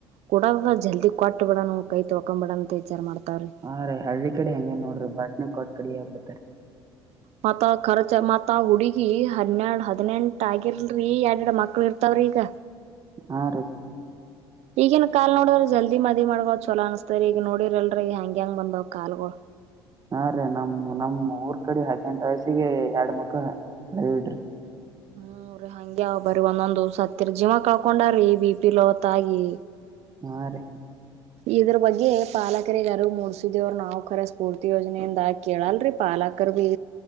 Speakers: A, on the right; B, on the right.
A: ಕೂಡಲ್ ಜಲ್ದಿ ಕೊಟ್ಟ ಬಿಡಣ ಕೈ ತೊಕೋಂ ಬಿಡಣ್ ಅಂತ ವಿಚಾರ ಮಾಡ್ತಾವ್ರಿ.
B: ಹಾ ರಿ ಹಳ್ಳಿ ಕಡೆ ಹಂಗೆ ನೋಡ್ರಿ ಬಾಟ್ನ ಕೊಟ್ ಕಡೆ ಯಾಗ್ ಬಿಡ್ತರಿ.
A: ಮತ್ತ ಆ ಖರ್ಚ ಮತ್ ಆ ಹುಡುಗಿ ಹನ್ನೆರ್ಡ್ ಹದಿನೆಂಟ ಆಗಿರ್ಲ್ರಿ ಎಡ್ ಎಡ್ ಮಕ್ಳ ಇರ್ತ ತವ್ರಿಗ.
B: ಹಾ ರೀ
A: ಈಗಿನ್ ಕಾಲ್ ನೋಡಿದ್ರ ಜಲ್ದಿ ಮದಿ ಮಾಡ್ಕ ಚಲೋ ಅನಸ್ತರಿ ಈಗ ನೋಡಿರ್ಲ್ರರಿ ಈ ಹೆಂಗ್ ಹೆಂಗ್ ಬಂದಾವ್. ಕಾಲ್ ಗುಳ್.
B: ಹಾ ರೀ ನಮ್ ನಮ್ ಊರ್ ಕಡೆ ಹದ್ನೆಂಟ್ ವಯಸ್ಸಿಗೆ ಎರಡ್ ಮಕ್ಳು ಇಡ್ರಿ.
A: ಹು ರಿ ಹಂಗೆ ಬರಿ ಒಂದೊಂದ ದಿವ್ಸ ಹತ್ತರಿ ಜೀವ ಕಳ್ಕೊಂಡಾರಿ ಬಿ ಪಿ ಲೋ ಆಗಿ.
B: ಹಾ ರೀ.
A: ಇದ್ರ ಬಗ್ಗೆ ಪಾಲಕರಿಗೆ ಅರಿವು ಮೂಡ್ಸಿದಿವ್ರಿ ನಾವ್ ಕರೆಸ್ ಪೂರ್ತಿ ಯೋಜನೆಯಿಂದ ಕೇಳಲ್ರಿ ಪಾಲಾಕರ್ ಭೀ.